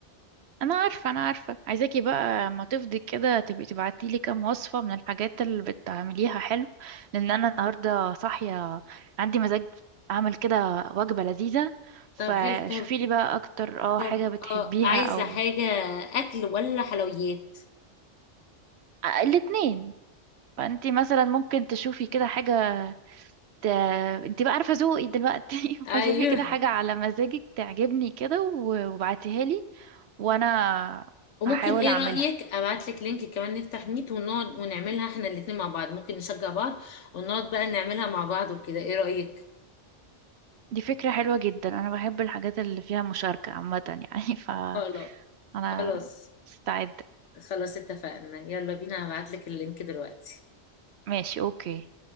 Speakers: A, on the right; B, on the left.
A: انا عارفه انا عارفه عايزاكي بقى اما تفضي كده تبقي تبعتي لي كام وصفه من الحاجات اللي بتعمليها حلو لان انا النهارده صاحيه عندي مزاج اعمل كده وجبه لذيذه فشوفي
B: طب حلو طب
A: لي بقى اكتر اه
B: طب
A: حاجه بتحبيها
B: عايزه
A: او
B: حاجه اكل ولا حلويات
A: آه، الاتنين فانتي مثلا ممكن تشوفي كده حاجه ت... انتي بقى عارفه ذوقي دلوقتي <laughs> فشوفي
B: ايوه
A: كده حاجه على مزاجك تعجبني كده و- وابعتيها لي وانا
B: وممكن
A: هحاول
B: ايه
A: اعملها
B: رأيك ابعت لك لينك كمان نفتح ميت ونقعد ونعملها احنا الاتنين مع بعض ممكن نشجع بعض ونقعد بقى نعملها مع بعض وكده ايه رأيك
A: دي فكرة حلوة جدا أنا بحب الحاجات اللي فيها مشاركة عامة يعني <laughs>
B: خلاص
A: فأنا
B: خلاص
A: استعد
B: خلاص اتفقنا يلا بينا هبعت لك اللينك دلوقتي
A: ماشي أوكي